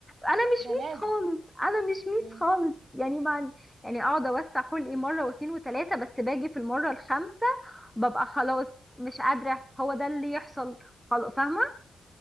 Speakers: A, in the centre; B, on the right.
A: انا مش
B: ده
A: ميس
B: لازم
A: خالص انا مش ميس
B: إمم.
A: خالص يعني مع يعني اقعد اوسع خلقي مرة واتنين وتلاتة بس باجي في المرة الخامسة ببقى خلاص مش قادرة هو ده اللي يحصل خلاص فاهمة